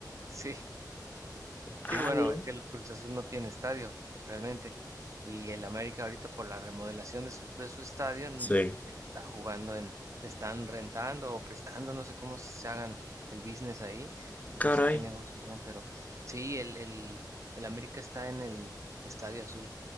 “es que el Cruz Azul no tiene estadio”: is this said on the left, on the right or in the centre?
Right